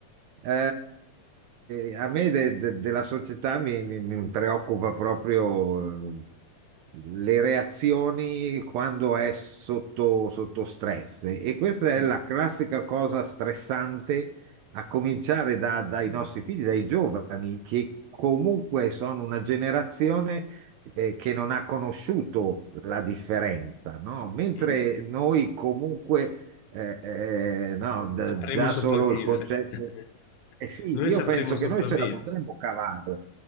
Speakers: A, on the right (about 80°); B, on the left (about 80°).
A: Eh, eh, a me de- de- della società mi, mi- mi preoccupa proprio eh, le reazioni quando è sotto, sotto stress e questa è
B: Mm.
A: la classica cosa stressante a cominciare da- dai nostri figli, dai giovani, che comunque sono una generazione eh, che non ha conosciuto la differenza, no? Mentre
B: Mm.
A: noi comunque eh, eh, no, d-
B: Sapremo
A: già
B: sopravvivere.
A: solo il concetto.
B: <laughs>
A: Eh sì,
B: Noi
A: io
B: sapremo
A: penso
B: sopravvivere.
A: che noi ce la potremmo cavare.